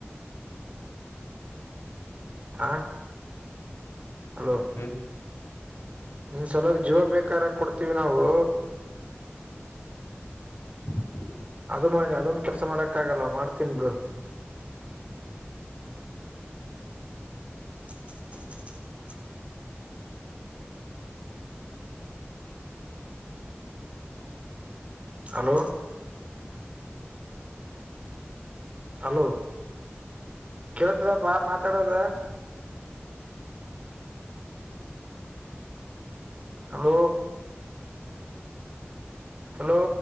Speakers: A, on the right (about 30°); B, on the left (about 80°).
A: ಹಾ ಹಲೋ
B: ಹ್ಮ್
A: ನಿನ್ ಸಲ ಜೀವ ಬೇಕಾರ ಕೊಡ್ತೀವಿ ನಾವು
B: ಹ್ಮ <inaudible>
A: ಅದು ಮಾಡಿ ಅದೊಂದು ಕೆಲಸ ಮಾಡಕ್ ಆಗಲ್ ಮಾಡ್ತೀನ್ ಬಿಡು <inaudible> ಹಲೋ ಹಲೋ ಕೇಳತದಪ್ಪಾ ಮಾತಾಡೋದ ಹಲೋ ಹಲೋ